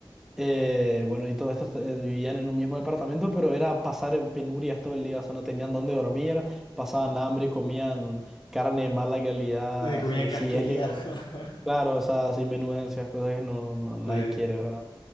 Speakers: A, in the centre; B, on the left.
A: Eh, bueno, y todos estos eh, vivían en un mismo departamento, pero era pasar penurias todo el día, o sea, no tenían dónde dormir, pasaban hambre, comían carne de mala calidad,
B: Sí, comían
A: sí,
B: casquería.
A: sí, es que comer
B: <laughs>
A: Claro, o sea, así menudencias, cosas que no, no- nadie
B: Sí.
A: quiere, ¿verdad?